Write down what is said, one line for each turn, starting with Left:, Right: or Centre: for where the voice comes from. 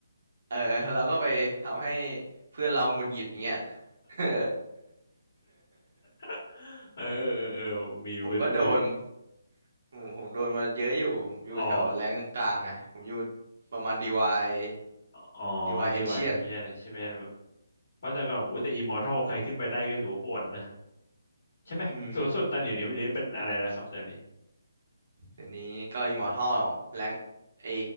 Right: เออเราก็ไปทำให้เพื่อนเราหงุดหงิดอย่างเงี้ยเออ
Left: <laughs> เออเออเออเออมีเว้ยมี
Right: <laughs> ผมก็โดนผมผมโดนมาเยอะอยู่ผมอยู่แถวแรงกลางๆไงผมอยู่
Left: อ๋อ
Right: ประมาณดีวาย
Left: อ๋อ
Right: ดีวายเอนชีย
Left: ดีไวใช่ไหมใช่ไหมใช่ไหมแบบเพราะแต่ก่อนโอ้โหแต่อิมมอร์ทัลใครขึ้นไปได้ก็ถือว่าโหดนะใช่ไหมสูงสุดตอนอยู่นี้วันนี้เป็นอะไรแล้วครับตอนนี้
Right: อืม เดี๋ยวนี้ก็อิมมอร์ทัลแรงเอ